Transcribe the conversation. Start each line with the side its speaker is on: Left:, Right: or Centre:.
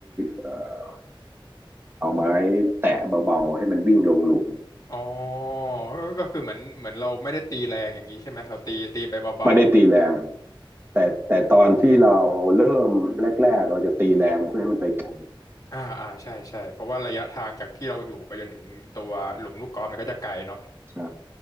Right: เอ่อเอาไม้แตะเบาๆให้มันวิ่งลงหลุม
Left: อ๋อก็ก็คือเหมือนเหมือนเราไม่ได้ตีแรงอย่างนี้ใช่ไหมเราตีตีไปเบา
Right: ไม่ได้ตีแรงแต่แต่ตอนที่เราเริ่มแรกๆเราจะตีแรงเพื่อให้มันไปไกล
Left: อ่าอ่าใช่ใช่เพราะว่าระยะทางจากที่เราอยู่ไปจนถึงตัวหลุมลูกกอล์ฟมันก็จะไกลเนาะ
Right: ใช่